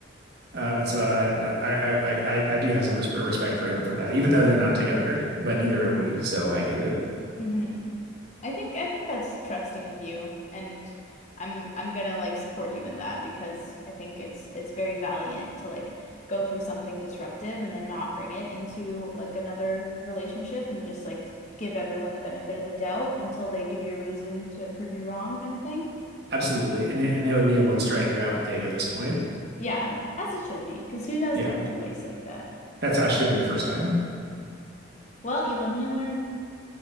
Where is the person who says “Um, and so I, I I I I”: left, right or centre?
Right